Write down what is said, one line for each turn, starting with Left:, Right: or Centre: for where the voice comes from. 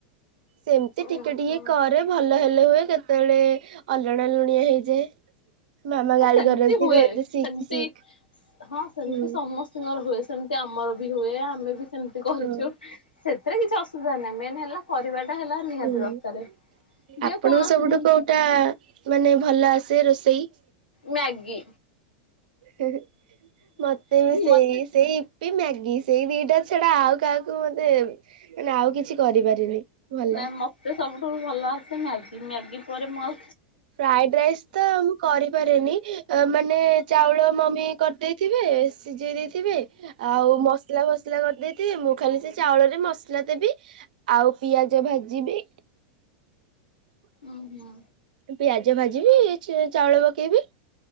Right: ସେମିତି
Left: ଓହୋ
Right: ଟିକେ ଟିକେ କରେ ଭଲ ହେଲେ ହୁଏ କେତେବେଳେ ଅଲଣା ଲୁଣିଆ ହେଇଯାଏ। ମାମା ଗାଳି
Left: ସେମିତି
Right: କରନ୍ତି
Left: ହୁଏ
Right: କହନ୍ତି ଶିଖ
Left: ସେମିତି
Right: ଶିଖ।
Left: ହଁ ସେମତି
Right: ହୁଁ
Left: ସମସ୍ତଙ୍କର ହୁଏ ସେମିତି ଆମର ବି ହୁଏ ଆମେ ବି ସେମତି କରିଛୁ
Right: ହଁ।
Left: ସେଥିରେ କିଛି ଅସୁବିଧା ନାହିଁ ମେନ ହେଲା କରିବାଟା ହେଲା ନିହାତି
Right: ହୁଁ
Left: ଦରକାର। ଯେ
Right: ଆପଣଙ୍କୁ
Left: କୌଣସି
Right: ସବୁଠୁ
Left: ଜିନିଷ
Right: କୋଉଟା ମାନେ ଭଲ ଆସେ ରୋଷେଇ।
Left: ମ୍ୟାଗି।
Right: ହି ହି ମତେ ବି ସେଇ
Left: ମତେ
Right: ସେଇ ଇପି ମ୍ୟାଗି ସେଇ ଦି ଇଟା ଛଡା ଆଉ କାହାକୁ ମତେ ମାନେ ଆଉ କିଛି କରିପାରିନି। ଭଲ।
Left: ନାଇଁ ମତେ ସବୁଠୁ ଭଲ ଆସେ ମ୍ୟାଗି ମ୍ୟାଗି ପରେ ମ
Right: ଫ୍ରାଏଡ ରାଇସ୍ ତ ମୁଁ କରିପାରେିନି। ମାନେ ଚାଉଳ ମମି କରିଦେଇଥିବେ ସିଝେଇ ଦେଇଥିବେ ଆଉ ମସଲା ମସଲା କରିଦେଇଥେ ମୁଁ ଖାଲି ସେ ଚାଉଳରେ ମସଲା ଦେବି ଆଉ ପିଆଜ ଭାଜିବି।
Left: ଓ ହୁଁ।
Right: ପିଆଜ ଭାଜିବି ଚାଉଳ ପକେଇବି